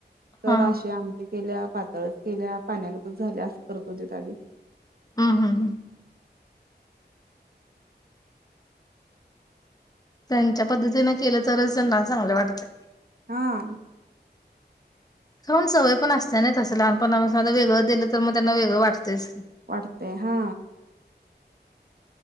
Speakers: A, on the right; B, on the left.
A: जराशी
B: हा
A: आमटि केल्या, पातळच केल्या, पाण्यागतच झाल्या अस करत होते.
B: हम्म हम्म हम्म त्यांच्या पद्धतीने केल तरच त्यांना चांगल वाटत.
A: हा
B: खाऊन सवय पण असते ना तस लहानपणापासन आता वेगळ दिल तर मग त्यांना वेगळ वाटतेच.
A: वाटते हा